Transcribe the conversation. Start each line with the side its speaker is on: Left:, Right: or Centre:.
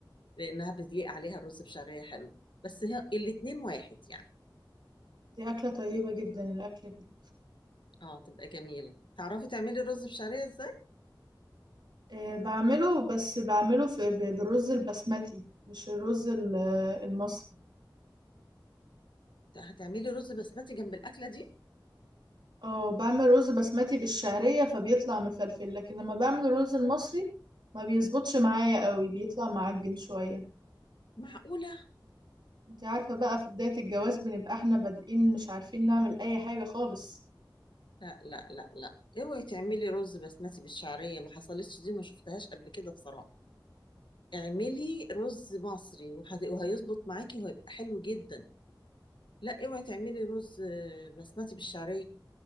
Left: لانها بيليق عليها الرز بشعرية حلو بس هي الاتنين واحد يعني
Right: دي اكلة طيبة جدا الاكلة دي
Left: اه تبقى جميلة تعرفي تعملي رز بشعرية ازاي
Right: أه بعمله بس بعمله في ب- بالرز البسمتي مش الرز ال- المصري
Left: هتعملي رز بسمتي جنب الاكلة دي
Right: اه بعمل رز بسمتي بالشعرية فبيطلع مفلفل لكن لما بعمل الرز المصري ما بيظبطش معايا قوي بيطلع معجن شوية
Left: معقولة
Right: انت عارفة بقى في بداية الجواز بنبقى احنا بادئين مش عارفين نعمل اي حاجة خالص
Left: لا لا لا لا اوعي تعملي رز بسمتي بالشعرية ما حصلتش دي ما شفتهاش قبل كده بصراحة اعملي رز مصري وهت- وهيظبط معاكي وهيبقى حلو جدا لا اوعي تعملي رز آه، بسمتي بالشعريه